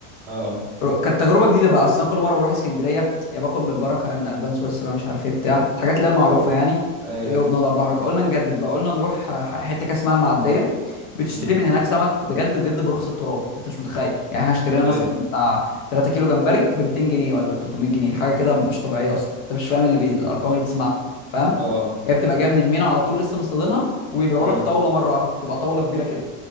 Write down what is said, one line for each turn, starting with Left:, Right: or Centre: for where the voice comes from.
Centre: اه
Left: رو- كانت تجربه جديده بقى اصل انا كل مره بروح اسكندريه يا باكل من البركه يا من البان سويسرا مش عارف ايه بتاع الحاجات اللي هي المعروفه
Centre: اه
Left: يعني
Centre: ايوه
Left: وايه وبنقعد على البحر وكده. قلنا نجدد بقى قلنا نروح آه، ح- حته كده اسمها المعديه بتشتري
Centre: امم
Left: من هناك سمك بجد بجد برخص التراب انت مش متخيل يعني احنا اشترينا مثلا
Centre: ايوه
Left: بتاع 3 كيلو جمبري ب 200 جنيه ولا ب 300 جنيه حاجه كده مش طبيعيه اصلا انت مش فاهم اللي بي... الارقام اللي بتسمعها فاهم
Centre: اه
Left: هي بتبقى جايه من المينا على طول لسه مصطادينها وبيبيعوا
Centre: امم
Left: لك طاوله مره واحده بتبقى طاوله كبيره كده